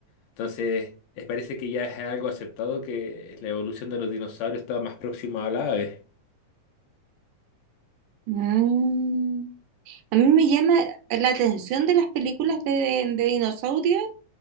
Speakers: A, on the left; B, on the right.
A: Entonces, eh, parece que ya es algo aceptado que la evolución de los dinosaurios estaba más próxima a las aves.
B: Mm. A mí me llama la atención de las películas de, de dinosaurios,